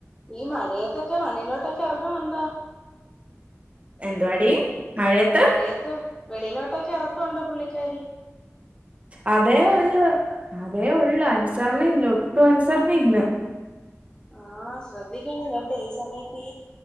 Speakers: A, on the left; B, on the right.
A: ഈ മഴയത്തെക്കെ മണ്ണിലോട്ടൊക്കെഎറങ്ങുന്നുണ്ടോ?
B: എന്തുവാടി.? മഴയത്ത്
A: മഴയത്തും വെളിയിലോട്ടൊക്കെ എറക്കൊണ്ടോപുള്ളിക്കാരി?
B: അതേഉള്ളു അതേഉള്ളു അൻസർണയില്ലഒട്ടുംഅൻസർണയില്ല
A: ആഹ ശ്രദ്ധിക്കണംകേട്ടെ ഈ സമയത്ത്